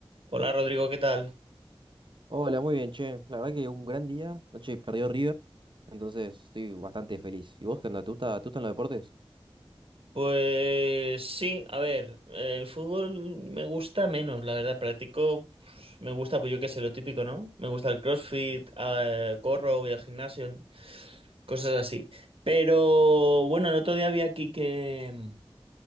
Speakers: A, on the right (about 70°); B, on the right (about 55°).
A: Hola Rodrigo, ¿qué tal?
B: Hola, muy bien, che. La verdad que un gran día. Noche perdió River, entonces estoy bastante feliz. ¿Y vos qué onda? ¿Te gusta, te gustan los deportes?
A: Pues sí, a ver, el fútbol me gusta menos, la verdad, practico, pues, me gusta, pues yo qué sé, lo típico, ¿no? Me gusta el CrossFit, ah, eh, corro, voy al gimnasio, cosas así. Pero bueno, el otro día vi aquí que